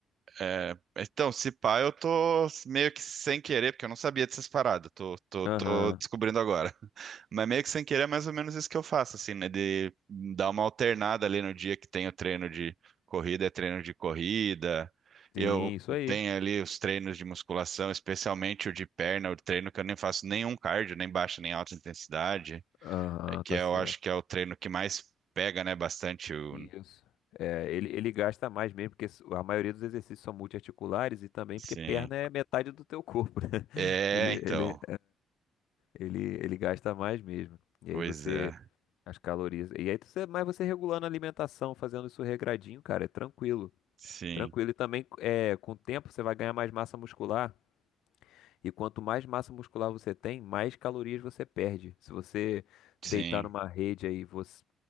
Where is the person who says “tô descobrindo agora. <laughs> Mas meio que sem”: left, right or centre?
Right